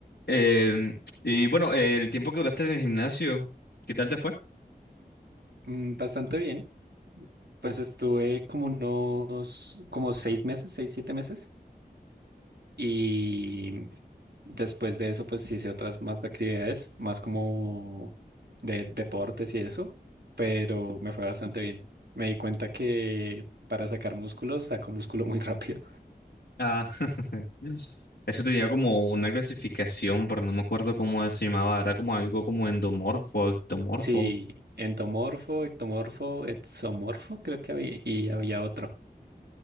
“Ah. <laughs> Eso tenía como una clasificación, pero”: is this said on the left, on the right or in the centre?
Left